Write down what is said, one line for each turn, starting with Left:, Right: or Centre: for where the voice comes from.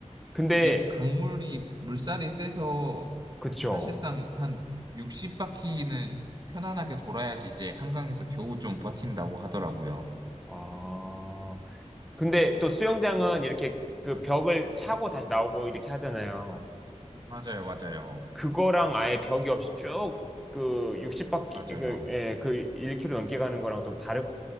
Centre: 근데,
Right: 이게 강물이, 물살이 세서
Centre: 그쵸.
Right: 사실상 한 60바퀴는 편안하게 돌아야지 이제 한강에서 겨우 좀 버틴다고 하더라고요.
Centre: 아. 근데 또 수영장은 이렇게 그 벽을 차고 다시 나오고 이렇게 하잖아요.
Right: 맞아요, 맞아요.
Centre: 그거랑 아예 벽이 없이 쭉 그 60바퀴,
Right: 맞아요.
Centre: 그, 예, 그 1km 넘게 가는 거랑 또 다른